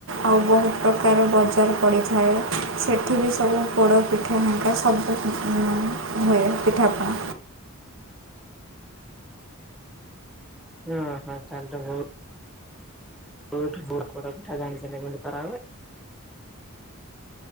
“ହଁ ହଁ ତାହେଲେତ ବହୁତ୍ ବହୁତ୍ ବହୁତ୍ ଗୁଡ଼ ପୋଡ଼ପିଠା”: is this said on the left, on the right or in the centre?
Centre